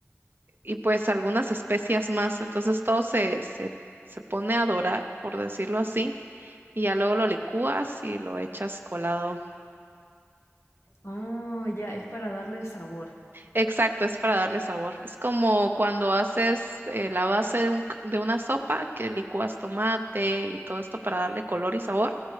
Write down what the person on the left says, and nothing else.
Ah, ya, es para darle sabor.